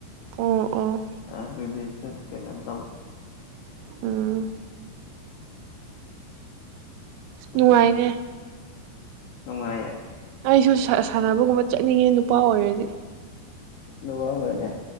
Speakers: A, on the right (about 85°); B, on the left (about 75°).
A: ꯑꯣ ꯑꯣ
B: ꯑꯗꯨꯗꯤ ꯆꯠ ꯀꯩꯅꯣꯝ ꯇꯧꯗꯦ
A: ꯎꯝ ꯅꯨꯡꯉꯥꯏꯅꯦ
B: ꯑꯗꯨꯒꯤ ꯅꯨꯡꯉꯥꯏꯌꯦ
A: ꯑꯩꯁꯨ ꯁꯥꯟꯅꯕꯒꯨꯝꯕ ꯆꯠꯅꯤꯡꯉꯦ ꯅꯨꯄꯥ ꯑꯣꯏꯔꯗꯤ
B: ꯅꯨꯄꯥ ꯑꯣꯏꯔꯗꯤ